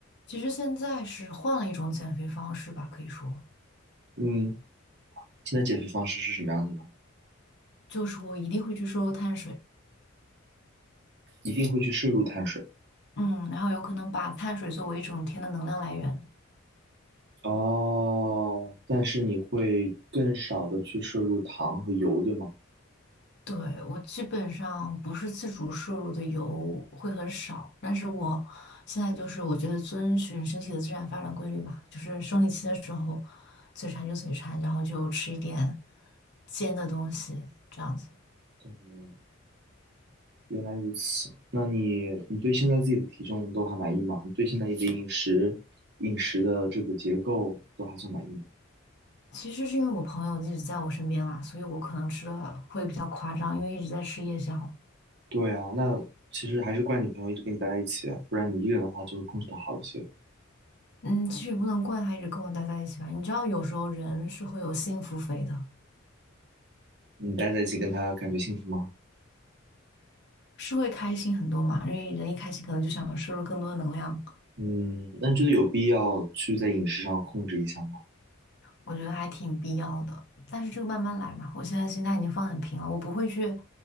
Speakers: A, on the left (about 60°); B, on the right (about 55°).
A: 其实现在是换了一种减肥方式吧，可以说
B: 嗯，现在减肥方式是什么样的呢？
A: 就是我一定会去摄入碳水。
B: 一定会去摄入碳水。
A: 嗯，然后有可能把碳水作为一整天的能量来源。
B: 哦，但是你会更少的去摄入糖和油，对吗？
A: 对，我基本上不是自主摄入的油会很少，但是我现在就是我觉得遵循身体的自然发展规律吧，就是生理期的时候嘴馋就嘴馋，然后就吃一点煎的东西这样子。
B: 懂了原来如此。那你你对现在自己的体重都还满意吗？你对现在你的饮食饮食的这个结构都还算满意吗？
A: 其实是因为我朋友一直在我身边啦，所以我可能吃的会比较夸张，因为一直在吃夜宵。
B: 对啊，那其实还是怪你朋友一直跟你待在一起啊不然你一个人的话就会控制的好一些。
A: 嗯，其实也不能怪他一直跟我待在一起吧，你知道有时候人是会有幸福肥的。
B: 你待在一起跟他感觉幸福吗？
A: 是会开心很多嘛，因为人一开心，可能就想摄入更多的能量，
B: 嗯，那你觉得有必要去在饮食上控制一下吗？
A: 我觉得还挺必要的。但是这个慢慢来嘛，我现在心态已经放很平了，我不会去